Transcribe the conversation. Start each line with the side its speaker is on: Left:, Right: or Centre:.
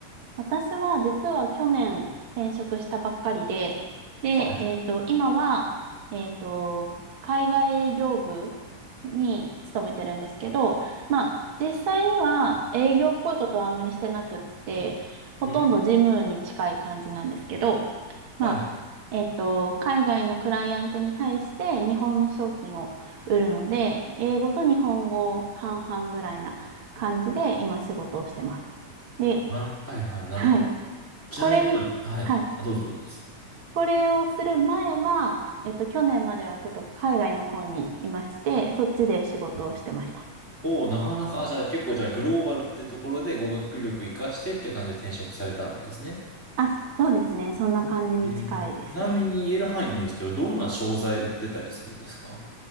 Right: 私は実は去年転職したばっかりで、で、
Centre: は
Right: えっと、今は、えっと、海外営業部に勤めてるんですけど、まあ、実際には営業っぽいことはあんまりしてなくって、ほとんど事務に近い感じなんですけど、
Centre: い。うん。
Right: まあ、
Centre: はい。
Right: えっと、海外のクライアントに対して日本の商品を売るので、英語と日本語半々ぐらいな感じで今仕事をしてます。で、
Centre: なる、はいはい、なるほど。
Right: はい。
Centre: ちなみに、
Right: これに、
Centre: はい。
Right: はい。
Centre: あどうぞどうぞ。
Right: これをする前は、えっと、去年まではちょっと海外の方にいまして、そっちで仕事をしてました。
Centre: おお、なかなか、あ、じゃあ結構じゃあグローバルってところで語学力活かしてっていう感じで転職されたんですね。
Right: あ、そうですね。そんな感じに近いですね。
Centre: えーちなみに言える範囲でいいんですけど、どんな商材売ってたりするんですか